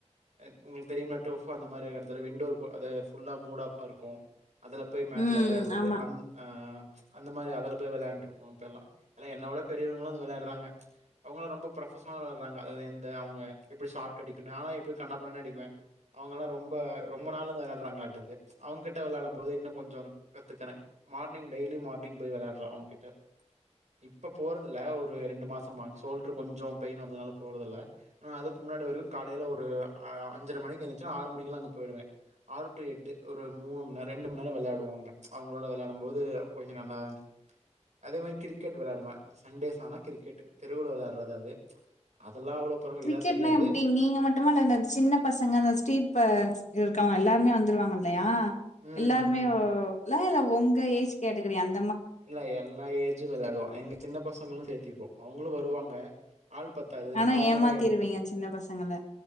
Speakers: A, on the right (about 80°); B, on the left (about 80°).
A: அ உங்களுக் தெரியுமா டோஃபு அந்த மாரியான எடத்துல விண்டோர் போ அத ஃபுல்லா மூடாஃப்பா இருக்கு அதுல போய் மேட்ல
B: ம்
A: வெளையாட்றது
B: ஆமா
A: அந் ஆ அந்த மாரி அதல போய் வெளையாண்ட்ருக்கோ அப்பெல்லா எல்லா என்னவிட பெரியவங்கள்லா இத வெளையாட்றாங்க அவங்கள்லா ரொம்ப ப்ரொபஷனலா வெளாட்றாங்க அதாது எந்த அவுங்க எப்டி ஷாட்டடிக்கணு நாலா எப்டியு கன்னா பின்னானு அடிப்பே அவங்கல்லா ரொம்ப ரொம்ப நாள்லருந்து வெளையாட்றாங்களாட்டுக்து அவுங்கிட்ட வெளையாடும் போது இன்னு கொஞ்சோனு கத்துக்கறே மார்னிங் டெய்லி மார்னிங் போய் விளையாட்றோ அவுங்கிட்ட இப்ப போறதில்ல ஒரு ரெண்டு மாசம்மா சோல்ட்ரு கொஞ்சோ பெயின் வந்ததுனால போறதில்ல ஆனா அதுக்கு முன்னாடி வரைக்கு காலைல ஒரு அ அஞ்சர மணிக்கு எந்துச்சுன்னா ஆறு மணிக்லா அங்க போயிடுவே ஆறு டூ எட்டு ஒரு மூனு மண் நேர ரெண்டு மண் நேரோ வெளையாடுவாங்க அவுங்களோட வெளையாட ம்போது கொஞ்ச <unintelligible> அதே மாரி கிரிக்கெட் வெளையாடுவே சன்டேஸ்சானா கிரிக்கெட் தெருவில வெளையாட்றது அது அதெல்லாம் அவ்வளோ பரவ
B: கிரிக்கெட்னா
A: இதா தெரியாது.
B: எப்டி நீங்க மட்டுமா இல்ல அந்த சின்ன பசங்க அந்த ஸ்ட்ரீட் ப ஸ் இருக்கவங் எல்லாருமே வந் வந்துருவாங்கல்லையா
A: ம்,
B: எல்லாருமே
A: ம்.
B: வ் வா ங்களா இல்ல உங்க ஏஜ் கேட்டகிரி அந்
A: இல்ல எல்லா ஏஜு வெளையாடுவோ எங்க சின்ன பசங்களு சேத்திப்போ அவங்களு வருவாங்க ஆள் பத்தாது
B: ஆனா
A: அவுங்களு
B: ஏமாத்திருவீங்க
A: எடுத்து வச்சு
B: சின்ன பசங்கள